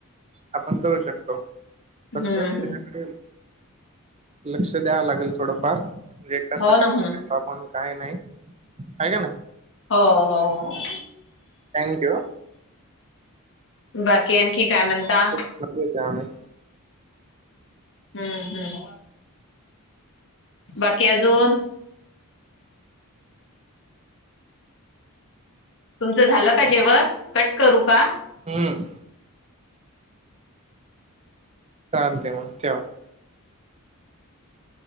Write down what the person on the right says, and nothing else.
आपण करू शकतो.
फक्त त्याच्याकडे
लक्ष द्यावं लागेल थोडंफार. <unintelligible>
आपण काही नाही आहे का नाही.
थँक यू हा.
<unintelligible> आम्ही.
हम्म. चालते मग ठेव.